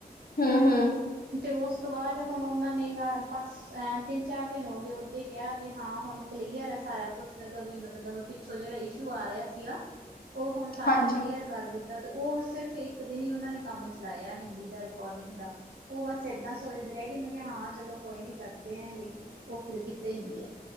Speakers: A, on the left; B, on the right.
A: ਹੂੰ ਹੂੰ
B: ਤੇ ਉਸ ਤੋਂ ਬਾਅਦ ਹੁਣ ਉਹਨਾਂ ਨੀ ਗਾ ਪਰਸ ਇਹ ਤਿੰਨ -ਚਾਰ ਦਿਨ ਹੋ ਗਏ ਓਦੇ ਹੀ ਕਿਹਾ ਵੀ ਹਾਂ ਹੁਣ ਕਲੀਅਰ ਐ ਸਾਰਾ ਕੁੱਛ ਕੋਈ ਮਤਲੱਬ ਪਿੱਛੋਂ ਜਿਹੜਾ ਇਸ਼ੂ ਆ ਰਿਹਾ ਸੀਗਾ। ਉਹ ਹੁਣ ਸਾਰਾ
A: ਹਾਂਜੀ
B: ਕਲੀਅਰ ਕਰ ਦਿੱਤ ਤਾ, ਉਹ ਸਿਰਫ ਇੱਕ ਦਿਨ ਹੀ ਉਹਨਾਂ ਨੇ ਕੰਮ ਚਲਾਇਆ ਹਿੰਦੀ ਦਾ ਰਿਕੋਡਿੰਗ ਦਾ। ਉਹ ਬਸ ਏਦਾਂ ਸੋਚਦੇ ਰਹਿ ਕੇ ਮੈਂ ਕਿਹਾ ਹਾਂ ਚਲੋ ਕੋਈ ਨੀ ਕਰਦੇ ਹੈਗੇ। ਉਹ ਫਿਰ ਕਿਤੇ ਹੀ ਨੀ ਗਿਆ,